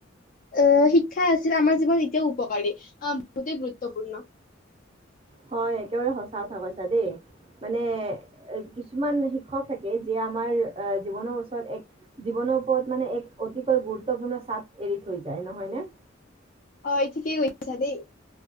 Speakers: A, on the left; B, on the right.
A: অহ শিক্ষা আছিল আমাৰ জীৱন এতিয়াও উপকাৰী বহুতেই গুৰুত্বপূৰ্ণ।
B: হয়, একেবাৰে সঁচা কথা কৈছা দেই মানে কিছুমান শিক্ষক থাকে যে আমাৰ জীৱনৰ ওচৰত এক জীৱনৰ ওপৰত মানে এক অতিকৈ গুৰুত্বপূৰ্ণ চাপ এৰি থৈ যায় নহয় নে।
A: অ' ঠিকেই কৈছা দেই।